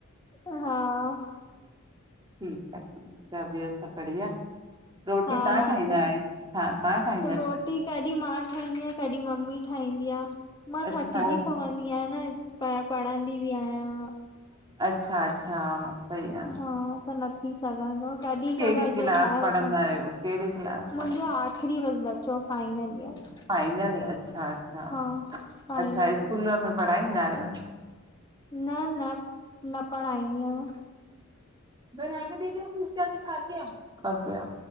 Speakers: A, on the left (about 20°); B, on the right (about 20°).
A: हा
B: ठीक आ ठीक ॿियो सभु बढ़िया रोटी
A: हा
B: तव्हां
A: हा
B: ठाहींदा
A: सर
B: आहियो हा तव्हां ठाहि
A: रोटी कॾहिं मां ठाहींदी आहियां कॾी मम्मी ठाहींदी आ मां
B: अच्छा
A: थकजी
B: तव्हां
A: पवंदी आहियां न प पढ़ंदी भी आहियां
B: अच्छा अच्छा सही आ न
A: हा त न थी सघंदो आ कॾहिं
B: कहिड़ी
A: क बार
B: क्लास
A: जे ठाहे
B: पढ़ंदा
A: वठा मुंहिंजो
B: आहियो? कहिड़ी क्लास पढ़ंदा
A: आ ख़्ररी बस बचो फाइनल ईयर
B: फाइनल अच्छा अच्छा
A: हा फाइनल
B: अच्छा स्कूल
A: ईयर।
B: में पढ़ाईंदा आहयो
A: न न न पढ़ाईंदी आहियां
B: बना के देती हु फिर उसके यहा से खाके आ खाके आ